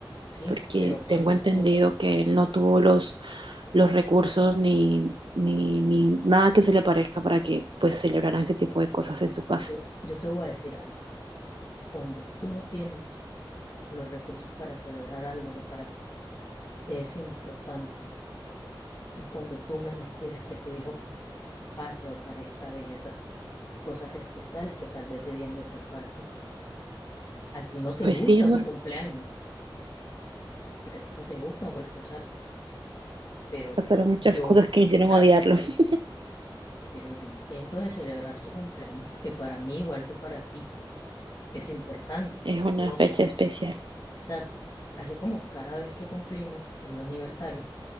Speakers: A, on the left (about 40°); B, on the right (about 70°).
A: sí,
B: porque
A: pero cuando
B: tengo entendido
A: tú,
B: que él no tuvo los, los recursos ni, ni, ni nada que se le parezca para que pues celebraran ese tipo de cosas en su casa.
A: yo, yo te voy a decir algo, cuando tú no tienes los recursos para celebrar algo que para ti te es importante, es cuando tú menos quieres que tu hijo pase o carezca de esas cosas especiales que tal vez debían de ser para ti. A ti no te
B: Pues
A: gusta
B: sí, amor,
A: tu cumpleaños, porque a ti no te gusta porque pasar, pero
B: pasaron muchas
A: yo,
B: cosas que me hicieron
A: exacto,
B: odiarlo. <laughs>
A: pero yo intento de celebrar tu cumpleaños porque para mí, igual que para ti, es importante.
B: Es una
A: No
B: fecha
A: sé,
B: especial.
A: exacto. Así como cada vez que cumplimos un aniversario,